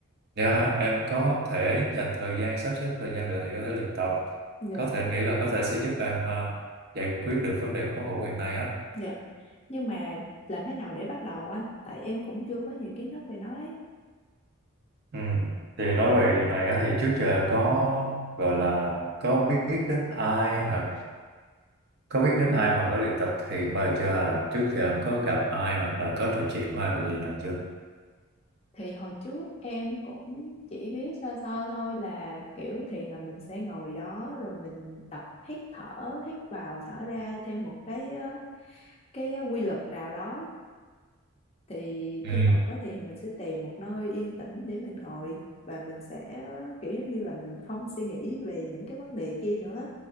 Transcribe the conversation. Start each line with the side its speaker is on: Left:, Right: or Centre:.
Right: yeah, em có thể dành thời gian sắp xếp thời gian được thì có thể luyện tập
Left: dạ
Right: có thể nghĩ là có thể sẽ giúp em ờ, giải quyết được vấn đề khó ngủ hiện nay á
Left: dạ nhưng mà làm thế nào để bắt đầu anh tại em cũng chưa có nhiều kiến thức về nó ấy
Right: Ừ. Thì nói về điều này á, thì trước giờ em có gọi là có biết đến ai hoặc có biết đến ai mà có luyện tập thiền bao giờ chưa hay là trước giờ em có gặp ai hoặc là có trò chuyện với ai về điều này chưa?
Left: thì hồi trước em cũng chỉ biết sơ sơ thôi là kiểu thiền là mình sẽ ngồi đó rồi mình tập hít thở hít vào thở ra theo một cái ờ, cái ờ, quy luật nào đó thì
Right: Ừ.
Left: khi mà có thì mình sẽ tìm một nơi yên tĩnh để mình ngồi và mình sẽ ờ, kiểu giống như là mình không suy nghĩ về những cái vấn đề kia nữa